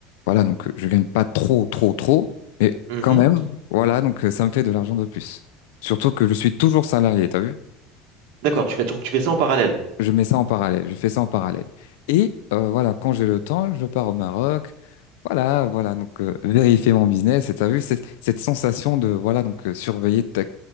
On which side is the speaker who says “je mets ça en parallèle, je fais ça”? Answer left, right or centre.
Left